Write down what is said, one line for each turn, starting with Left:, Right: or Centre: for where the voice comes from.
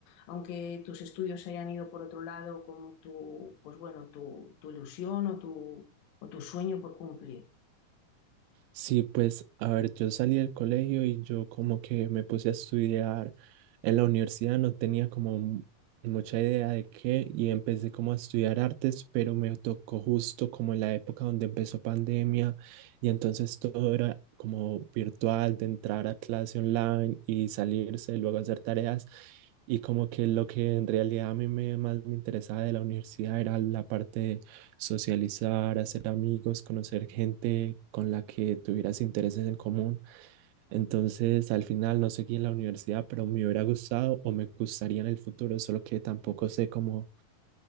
Left: aunque tus estudios se hayan ido por otro lado, como tu, pues bueno, tu, tu ilusión o tu, o tu sueño por cumplir?
Right: Sí, pues, a ver, yo salí del colegio y yo como que me puse a estudiar en la universidad, no tenía como mu- mucha idea de qué y empecé como a estudiar artes, pero me tocó justo como en la época donde empezó pandemia y entonces todo era como virtual, de entrar a clase online y salirse, luego hacer tareas y como que lo que en realidad a mí me, más me interesaba de la universidad era la parte socializar, hacer amigos, conocer gente con la que tuvieras intereses en común. Entonces, al final no seguí en la universidad, pero me hubiera gustado o me gustaría en el futuro, solo que tampoco sé cómo,